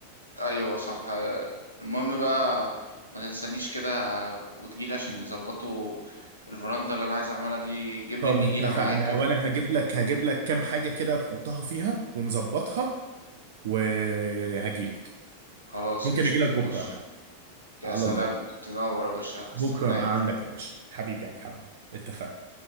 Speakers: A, on the right (about 85°); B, on the right (about 55°).
A: ايوه صح آه، المهم بقى ما تنسانيش كده وتجيلي عشان نظبطه الفرندا اللي انا عايز اعملها دي جيب
B: طب
A: لي النجيله
B: اتفقنا
A: معاك كده
B: وانا هجيب لك هجيب لك كام حاجة كده نحطها فيها ونظبطها وهجي لك
A: خلاص
B: ممكن
A: قشطة
B: اجي لك بكرة
A: ماشي
B: يا محمد
A: يا
B: على
A: سلام
B: الله يعني.
A: تنور يا باشا
B: بكرة
A: هستناك
B: ابقى عندك يا باشا حبيبي يا محمد اتفقنا